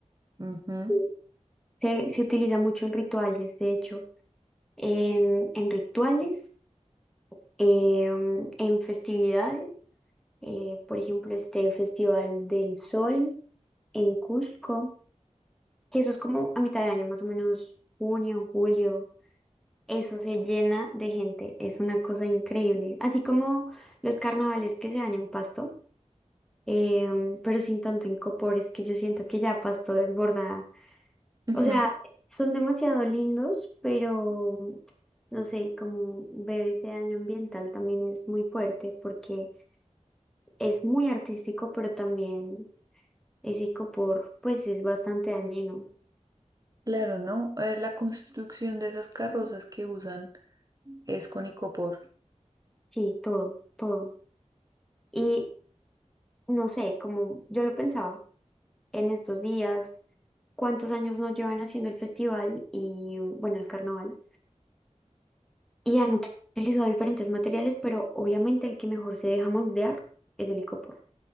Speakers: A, on the right; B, in the centre.
A: Ujú.
B: Sí. Se, se utiliza mucho en rituales, de hecho, en, en rituales, eh, en festividades, eh, por ejemplo, este Festival del Sol en Cusco, que eso es como a mitad de año, más o menos junio, julio Eso se llena de gente, es una cosa increíble. Así como los carnavales que se dan en Pasto, em, pero sin tanto incopor, es que yo siento que ya Pasto desborda.
A: Ujú.
B: O sea, son demasiado lindos, pero no sé, como ver ese daño ambiental también es muy fuerte porque es muy artístico, pero también ese incopor, pues es bastante dañino.
A: Claro, ¿no? Eh, la construcción de esas carrozas que usan es con icopor.
B: Sí, todo, todo. Y no sé, como yo lo pensaba en estos días. cuántos años nos llevan haciendo el festival y, bueno, el carnaval. Y han utilizado diferentes materiales, pero obviamente el que mejor se deja moldear es el icopor.